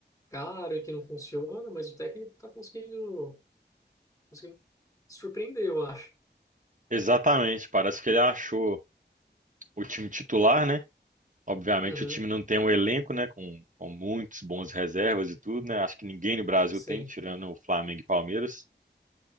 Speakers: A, on the left; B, on the right.
A: cara que não funciona, mas o técnico tá conseguindo, conseguindo surpreender, eu acho.
B: exatamente. Parece que ele achou o time titular, né? Obviamente
A: Uhum,
B: o time não tem um elenco, né? Com, com muitos bons reservas e tudo, né? Acho que ninguém no Brasil
A: sim.
B: tem, tirando o Flamengo e Palmeiras.